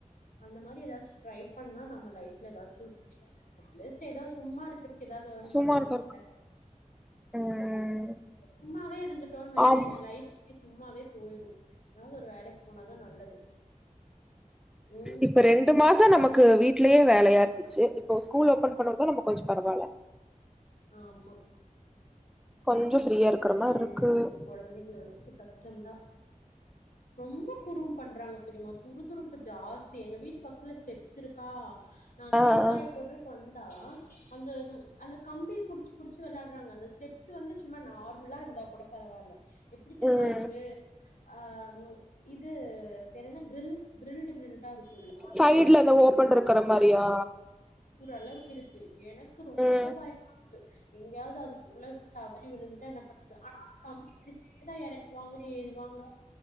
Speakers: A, on the left; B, in the centre.
A: அந்த மாரி ஏதாச்சு ட்ரை பண்ணா நம் லைப்ல ஏதாச்சு ச்சு ஏதோ சும்மா இருக்கு ஏதாவது எர்ன்
B: சும்மா
A: பண்லாமில்லே
B: இருக்க ம்
A: சும்மாவே இருந்துட்டோன் வையே
B: ஆமா
A: லைஃப் சும்மாவே போயிரும் ஏதாவது ஒரு வேலைக்கு போனாதா நல்லது ம்
B: இப்ப ரெண்டு மாச நமக் க்கு வீட்லயே வேலையாட் சேரி இப்போ ஸ்கூல் ஓபன் பண்ணரதாலே நம்ம கொஞ்ச பரவால்ல
A: ஆமா என்ன
B: கொஞ்சோ
A: பண்றது
B: ஃப்ரீயா இருக்கிற மாரி இருக்கு
A: இந்த குழந்தைகள வச்சுட்டு கஷ்டந்தா ரொம்ப குறும் பண்றாங்க தெரிமா துறுதுறுப்பு ஜாஸ் தி எங்க வீட்டு பக்துல ஸ்டெப்ஸ் இருக்கா நா
B: ஆ ஆ
A: துணிக்காய போடுறக்கு வந் தா அந்த ச்சு அந்த கம்பி புடுச்சு புடுச்சு விளாடுறாங்க அந்த ஸ்டெப்ஸ் வந்து சும்மா நார்மலா இருந்தா கூட பரவால எப்டி தெருமா
B: ம்
A: இருக்கு ஆ ன்னு இது பேரு என்ன க்ரில் கிரில்டு கிரில்டா இருக்குலபா
B: சைட்ல
A: அந்த இது
B: ஓபன் இருக்கிற மாரியா
A: <unintelligible> அளவுக்கு இருக்கு ஏன்னா க்கு ரொம்
B: ம்
A: ரொம்ப பயமா இருக்கு எங்கயாவது அதுக்கு உள்ள தவறி விழுந்துட்டா என்ன பண்றது ஆனா அது கம்பி படிச்சேதா எறங் வாங்க ஏறுவாங்க